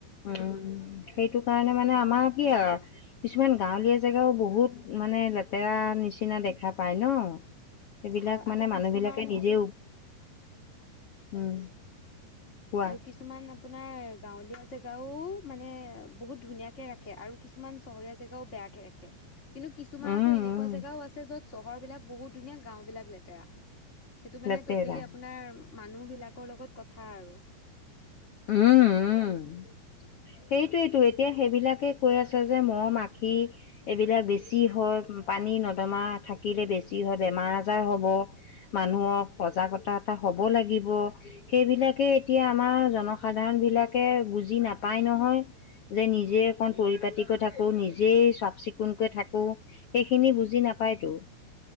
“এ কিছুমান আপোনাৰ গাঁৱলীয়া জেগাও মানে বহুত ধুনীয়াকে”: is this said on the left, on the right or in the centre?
Left